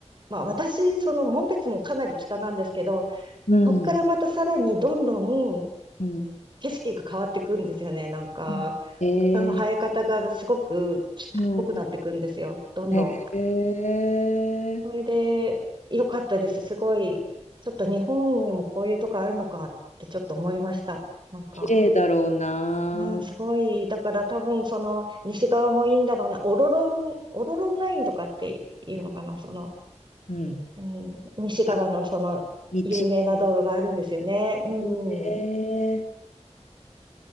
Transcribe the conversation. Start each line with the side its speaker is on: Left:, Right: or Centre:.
Right: まあ私、その紋別もかなり北なんですけど、
Left: うん、
Right: そっからまたさらにどんどん
Left: うん。
Right: 景色が変わってくんですよね。なんか、
Left: うんへえ。
Right: 草の生え方がすごく北っぽくなってくんですよ。
Left: うん。
Right: どんどん。
Left: へえ。
Right: それで、良かったです。すごい、ちょっと日本にもこういうとこあるのかってちょっと思いました。なんか、
Left: 綺麗だろうな。
Right: うん、すごい。だから多分その西側もいいんだろうな。オロロン、オロロンラインとかっていうのかな。その、
Left: うん。
Right: うん、西側のその有名な道路があるんですよね。
Left: あ、道
Right: うん。
Left: え
Right: うん